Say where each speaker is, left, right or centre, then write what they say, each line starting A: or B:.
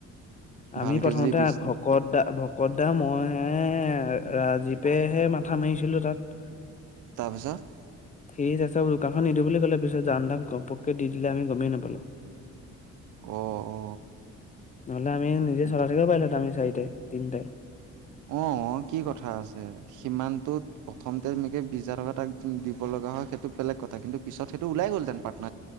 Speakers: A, on the left; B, on the right.
A: আমি
B: ভালকে
A: প্ৰথমতে
B: যদি বিজ
A: ভকত দা- ভকত দা মই হে ৰাজীৱেহে মাথা মাৰিছিলো তাত।
B: তাৰপিছত।
A: সি তাতে দোকানখন নিদিওঁ বুলি ক'লে পিছত জান দাক ঘপককে দি দিলে আমি গমেই নাপালোঁ।
B: অ অ
A: নহ'লে আমি নিজে
B: এইটো
A: চলাই থাকিব পাৰিলো হেতেন আমি চাৰিটাই, তিনটাই।
B: অ' কি কথা আছে সিমানটোত প্ৰথমতে এনেকে বিছ হাজাৰ টকাত দিব লগা হয় সেইটো বেলেগ কথা কিন্তু পিছত সেটো ওলাই গ'লহতেন পা